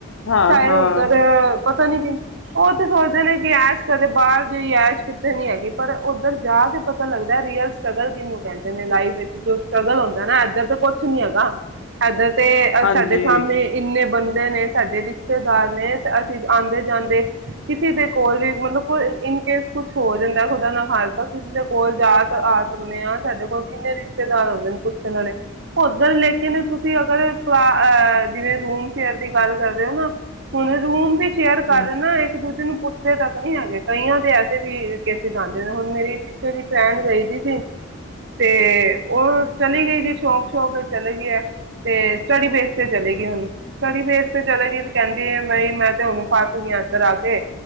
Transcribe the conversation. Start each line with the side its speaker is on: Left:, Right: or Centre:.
Left: ਹਾਂ
Right: ਚਾਹੇ
Left: ਹਾਂ
Right: ਉਧਰ ਪਤਾ ਨੀ ਕਿ ਉਹ ਤਾਂ ਸੋਚਦੇ ਨੇ ਕਿ ਐਸ਼ ਕਰੇ ਬਾਹਰ ਜਿਹੀ ਐਸ਼ ਕਿੱਥੇ ਨੀ ਹੈਗੀ ਪਰ ਉੱਧਰ ਜਾ ਕੇ ਪਤਾ ਪਤਾ ਲੱਗਦਾ ਰੀਅਲ ਸਟਰਗਲ ਕਿਹਨੂੰ ਕਹਿੰਦੇ ਨੇ ਲਾਈਫ ਵਿੱਚ ਜੋ ਸਟਰ੍ਰਗਲ ਹੁੰਦਾ ਏਨਾ, ਇੱਧਰ ਤੇ ਕੁਛ- ਕੁਛ ਨੀ ਹੇਗਾ---ਏਧਰ। ਤੇ ਆ
Left: ਹਾਂਜੀ
Right: ਸਾਡੇ ਸਾਹਮਣੇ ਇੰਨੇ ਬੰਦੇ- ਨੇ ਸਾਡੇ ਰਿਸ਼ਤੇਦਾਰ ਨੇ। ਅਸੀਂ ਆਉਂਦੇ ਜਾਂਦੇ ਕਿਸੇ ਦੇ ਕੋਲ ਵੀ। ਮਤਲਬ ਇਨਕੇਸ ਕੁਛ ਹੋ ਜਾਂਦਾ ਖੁਦਾ ਨਾ ਖਾਸਤਾ ਤਾਂ ਕਿਸੇ ਦੇ ਕੋਲ ਜਾ ਆ ਸਕਦੇ ਹਾਂ। ਸਾਡੇ ਕੋਲ ਕਿੰਨੇ ਰਿਸ਼ਤੇਦਾਰ ਹੁੰਦੇ ਨੇ ਪੁੱਛਣ ਵਾਲੇ। ਉਧਰ ਲੇਕਿਨ ਤੁਸੀਂ ਅਗਰ ਕਲਾ ਅ ਜਿਵੇਂ ਰੂਮ ਸ਼ੇਅਰ ਦੀ ਗੱਲ ਕਰਦੇ ਹੋ ਨਾ। ਹੁਣ ਰੂਮ ਵਿੱਚ- ਸ਼ੇਅਰ ਕਰਨ
Left: ਹਮ,
Right: ਇੱਕ- ਦੂਜੇ ਨੂੰ ਪੁੱਛਦੇ ਤੱਕ- ਨਈ ਆਗੇ ਕਈਆਂ ਦੇ ਐਸੇ ਵੀ ਕੇਸਿਸ ਆਂਦੇ ਨੇ। ਹੁਣ ਮੇਰੀ ਪਿਛੇ ਹੀ ਭੈਣ ਗਈ ਦੀ ਸੀ। ਤੇ, ਉਹ ਚਲੀ ਗਈ ਸੀ ਸ਼ੌਕ- ਕਿੳਕਿ ਚਲੇ ਗਈ ਏ ਤੇ ਸਟੱਡੀ ਬੇਸ ਤੇ ਚਲੇ ਗਈ ਹੁਣ। ਸਟੱਡੀ ਬੇਸ ਤੇ ਚਲੇ ਗਈ ਤੇ ਕਹਿੰਦੀ ਬਈ ਮੈਂ ਤੇ ਹੁਣ ਫੱਸ ਗਈ ਇੱਧਰ ਆ ਕੇ।